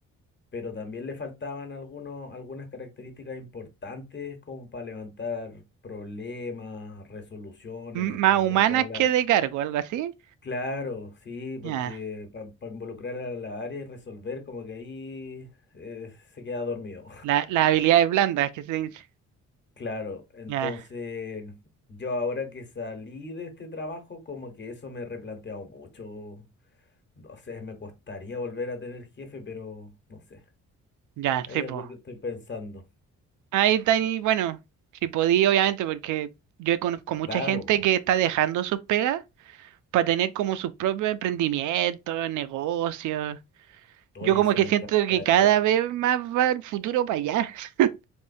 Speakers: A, on the left; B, on the right.
A: pero también le faltaban algunos, algunas características importantes como para levantar problemas, resoluciones,
B: M- más
A: para
B: humanas
A: involucrarla.
B: que de cargo, algo así.
A: Claro, sí,
B: Ya.
A: porque para involucrar a la área y resolver, como que ahí eh, se queda dormido.
B: La- las habilidades blandas que se dice.
A: Claro, entonces
B: Ya,
A: yo ahora que salí de este trabajo, como que eso me he replanteado mucho. No sé, me costaría volver a tener jefe, pero no sé.
B: ya,
A: Hay
B: sí,
A: algo
B: po.
A: que estoy pensando.
B: Ahí está, y bueno, si podí, obviamente, porque yo conozco mucha
A: Claro,
B: gente
A: po.
B: que está dejando sus pegas para tener como sus propios emprendimientos, negocios.
A: Oye,
B: Yo como
A: eso
B: que
A: me
B: siento
A: encantaría.
B: que cada vez más va el futuro para allá. <laughs>